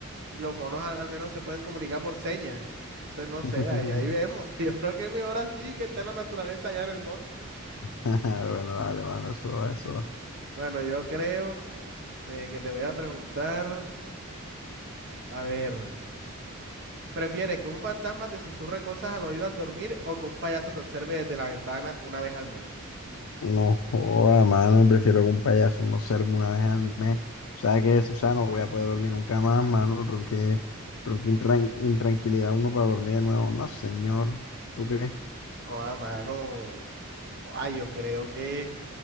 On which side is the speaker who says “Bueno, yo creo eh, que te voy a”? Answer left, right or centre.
Right